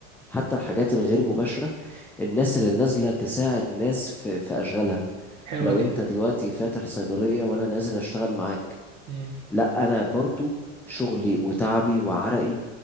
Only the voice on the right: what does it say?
حلوه
دي
امم